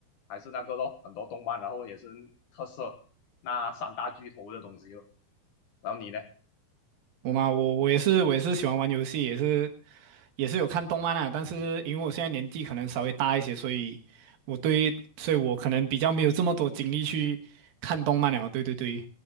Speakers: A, on the left (about 60°); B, on the right (about 75°).
A: 还是那个咯，很多动漫，然后也是特色那三大巨头的东西咯。然后你呢？
B: 我嘛，我我也是，我也是喜欢玩游戏，也是也是有看动漫啊。但是因为我现在年纪可能稍微大一些，所以我对，所以我可能比较没有这么多精力去看动漫了。对对对，